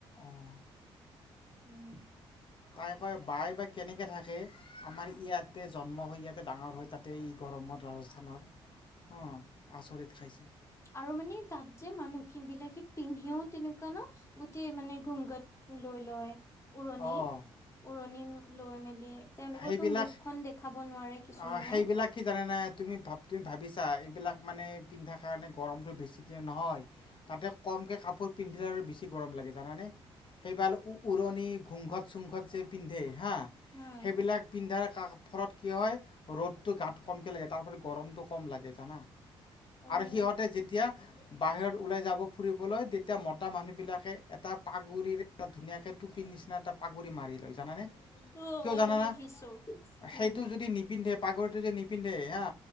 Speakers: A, on the left; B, on the left.
A: অঁ
B: উম।
A: তাই কয় বাই বাাই কেনেকৈ থাকে আমাৰ ইয়াতে জন্ম হৈ ইয়াতে ডাঙৰ হৈ তাতে ই গৰমত ৰাজস্থানৰ অ আচৰিত খাইছে
B: আৰু মানে তাত যে মানুহ বিলাকে পিন্ধিও তেনেকুৱা ন গোটেই মানে ঘুংগত লৈ লয়। উৰণি
A: অঁ
B: উৰণি লৈ মেলি তেওঁলোকৰটো
A: সেইবিলাক
B: মুখখনন দেখাব নোৱাৰে কিছুমানে
A: অ সেইবিলাক কি জানে নে তুমি ভ তুমি ভাবিছা এইবিলাক মানে পিন্ধা কাৰণে গৰমতটো বেছিকে নহয়, তাতে কমকে কাপোৰ পিন্ধিলে আৰু বেছি গৰম লাগ জানানে সেইবাল উৰণি ঘুংঘত চুংঘত যে পিন্ধে হা,
B: উম।
A: সেইবিলাক পিন্ধাৰ ফৰত কি হয় ৰ'দতটো গাত কমকে লাগে তাৰ ফত গৰমতটো কম লাগে জানা
B: অ',
A: আৰু সিহঁতে যেতিয়া বাহিৰত ওলাই যাব ফুৰিবলৈ তেতিয়া মতা মানুহ বিলাকে এটা পাগুৰিৰে এটা ধুনীয়াকে টোপি নিচ না তাত পাকুৰি মাৰি লয় জানানে?
B: অ',
A: কিয় জানানা
B: দেখিছো
A: সেইটো
B: উম
A: যদি নিপিন্ধে পাগৰিটো যদি নিপিন্ধে হা